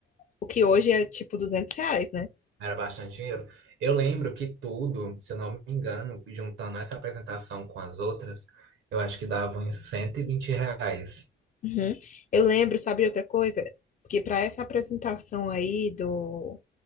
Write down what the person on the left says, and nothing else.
O que hoje é tipo 200 reais, né?
Uhum. Eu lembro, sabe, de outra coisa? Porque para essa apresentação aí do,